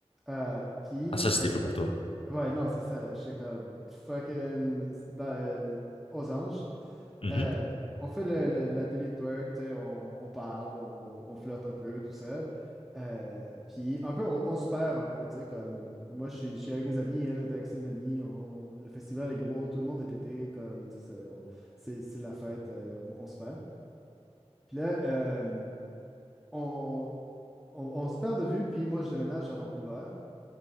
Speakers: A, in the centre; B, on the left.
A: Euh, puis,
B: Ah, ça, c'était
A: euh,
B: fait pour toi.
A: ouais, non, c'est ça. J'étais comme, fucking, dans- euh, aux anges
B: Mhm.
A: euh, on fait le- le- l'atelier de twerk, tu sais, on, on parle, on, on flirte un peu, tout ça. Euh, puis un peu, on, on se perd un peu, tu sais, comme moi, je suis je suis avec mes amis, elle est avec ses amis, on- on- le festival est gros, tout le monde est pété, comme, tu sais, c'est on- c'est- c'est la fête, euh, on, on se perd. Puis là, euh, on, on, on se perd de vue, puis moi, je déménage à Vancouver.